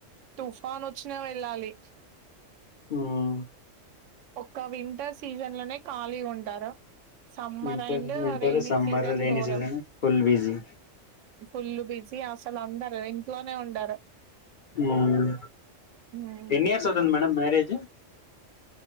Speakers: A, on the right; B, on the left.
A: తుఫాన్ వచ్చినా వెళ్ళాలి
B: మ్మ్
A: ఒక వింటర్ సీజన్ లోనే ఖాళీ ఉంటారు summer
B: winter
A: and
B: winter
A: rainy
B: summer
A: season
B: rainy
A: ఘోరం
B: season full busy
A: full busy అసలు అందరు ఇంట్లోనే ఉండారె
B: మ్మ్
A: హ్మ్.
B: ఎన్ని ఇయర్స్ అవుతుంది మేడం మ్యారేజ్